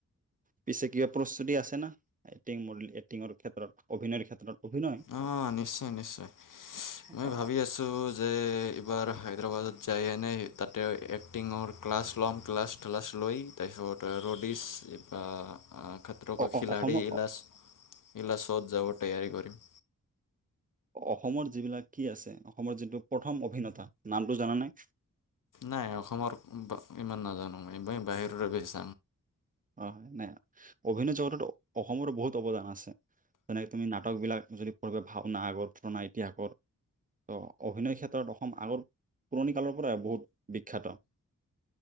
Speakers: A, on the right; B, on the left.
A: পিছে কিবা প্ৰস্তুতি আছে না এক্টিং মডেল এক্টিঙৰ ক্ষেত্ৰত অভিনয়ৰ ক্ষেত্ৰত। অভিনয়
B: অ নিশ্চয় নিশ্চয় মই
A: অ
B: ভাবি আছো। যে এইবাৰ হায়দৰাবাদত যায়হেনে তাতে এক্টিঙৰ ক্লাছ ল'ম ক্লাছ ক্লাছ লৈ তাৰপিছত ৰ'ডিছ বা খাত্ৰ কা
A: অ
B: খিলা়ৰি
A: অসমৰ
B: ইলাছ ইলাছ। ত'ত যাব তৈয়াৰী কৰিম।
A: অসমত যিবিলাক কি আছে অসমৰ যিটো প্ৰথম অভিনেতা নামটো জানা নাই?
B: নাই এ অসমৰ ইমান নাজানো মই একিবই বাহিৰ বাবে <unintelligible>
A: হয় হয় নাই অভিনয় জগতত অসমৰো বহুত অৱদান আছে যেনেক তুমি নাটক বিলাক যদি পঢ়িবা ভওনা আগৰ পুৰনা ইতিহাসৰ ত অভিনয় ক্ষেত্ৰত অসম আগৰ পুৰণি কালৰ পৰাই বহুত বিখ্যাত